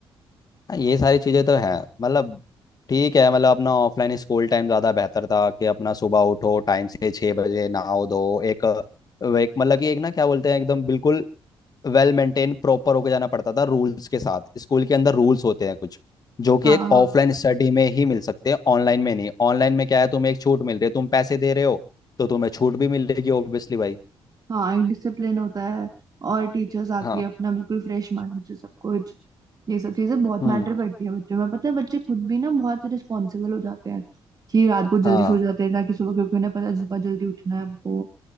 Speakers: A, on the left; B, on the right.
A: हाँ, ये सारी चीज़ें तो है मतलब ठीक है मतलब अपना ऑफलाइन स्कूल टाइम ज़्यादा बेहतर था कि अपना सुबह उठो टाइम से छः बजे नहाओ धो एक एक मतलब कि एक ना क्या बोलते हैं एकदम बिल्कुल वेल मेंटेन प्रॉपर होके जाना पड़ता था रूल्स के साथ स्कूल के अंदर रूल्स होते हैं कुछ जो कि
B: हाँ
A: एक
B: हाँ
A: ऑफलाइन स्टडी में ही मिल सकते हैं ऑनलाइन में नहीं ऑनलाइन में क्या है तुम्हें एक छूट मिल रही है तुम पैसे दे रहे हो तो तुम्हें छूट भी मिलेगी ऑब्वियसली भाई
B: हाँ एक डिसिप्लिन होता है और टीचर्स आती
A: हाँ
B: है अपना बिल्कुल फ्रेश माइंड से सब कुछ ये सब चीजें बहुत
A: हम्म
B: मैटर करती है बच्चों में पता है बच्चे खुद भी ना बहुत रिस्पॉन्सिबल हो जाते हैं कि रात को जल्दी
A: हाँ
B: सो जाते हैं ताकि सुबह क्योंकि उन्हें पता है सुबह जल्दी उठना है हमको